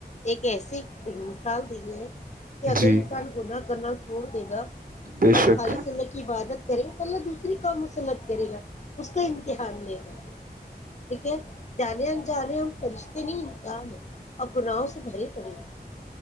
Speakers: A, on the left; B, on the right.
A: ایک <unintelligible> کیسیے مثال دی ہے <unintelligible> کہ اگر
B: جی
A: انسان ہونا کرنا <unintelligible> جوڑ دے گا <unintelligible>
B: بے
A: اور
B: شک
A: خالی سع کی عبادت <unintelligible> کرے گا پلہ دوسری کام مسلت کرے گا اس کا امتحان لے گا <unintelligible> ٹھیک ہے جانے ان جانے ہم فرشتے نہیں امکان ہیں اور گناہوں سے بریے پڑے گ